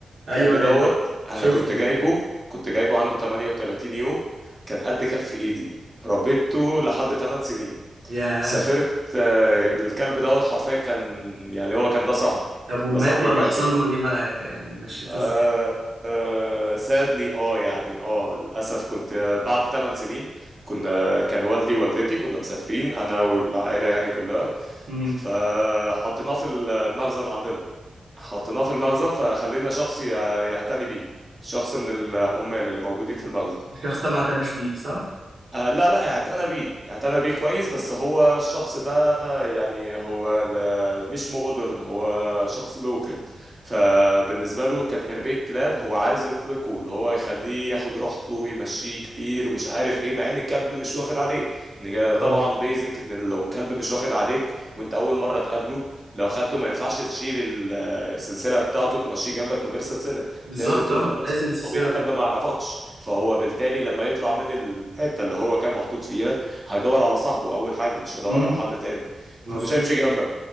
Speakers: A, on the right; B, on the right.
A: ايوه
B: كلب دوت
A: ايوه شفته
B: انا كنت جايبه كنت جايبه عنده 38 يوم كان قد كف ايدي ربيته لحد 8 سنين
A: ياه
B: سافرت آه، الكلب دوت حرفيا كان يعني هو كان ده صاحبي
A: طب
B: كان
A: ومات
B: ده صاحبي
A: ولا
B: بجد
A: حصل
B: يعني
A: له ايه ما يعني مشيته
B: آه
A: ازاي
B: آه سادلي اه يعني اه للاسف كنت آه، بعد 8 سنين كنا كان والدي ووالدتي كنا مسافرين انا والعائله يعني كلها
A: امم
B: فحطيناه في المخزن عندنا حطيناه في المخزن فخلينا شخص ي- يعتني بيه شخص من العمال اللي موجودين في المخزن
A: الشخص ده ما اعتناش بيه صح
B: آه لا لا اعتنى بيه اعتنى بيه كويس بس هو الشخص ده يعني هو ل- مش مودرن هو شخص لوكل فبالنسبة له كتربية كلاب هو عايز يطلقه اللي هو يخليه ياخد راحته ويمشيه كتير ومش عارف ايه مع ان الكلب مش واخد عليه إن جا- طبعا
A: اه
B: بيزك ان لو الكلب مش واخد عليك وانت اول مرة تقابله لو خدته ما ينفعش تشيل ال- السلسلة بتاعته تمشيه جنبك من غير سلسلة
A: بالظبط
B: لازم تفضل
A: اه
B: ماسكه
A: لازم
B: انه
A: سلسلة
B: طبيعي الكلب
A: طبعا
B: ما يعرفكش فهو بالتالي لما يطلع من الحته اللي هو كان محطوط فيها هيدور على صاحبه اول حاجه مش هيدور
A: امم
B: على حد تاني
A: مظبوط
B: فمش هيمشي جنبك